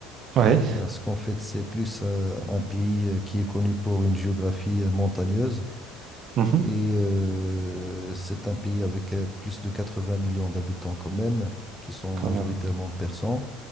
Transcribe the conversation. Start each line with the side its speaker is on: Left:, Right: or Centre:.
Right: Oui.
Centre: euh, parce qu'en fait, c'est plus euh, un pays euh, qui est connu pour une géographie euh, montagneuse,
Right: Mhm.
Centre: et euh, c'est un pays avec euh, plus de 80 millions d'habitants quand même, qui sont
Right: Quand
Centre: majoritairement
Right: même.
Centre: persans.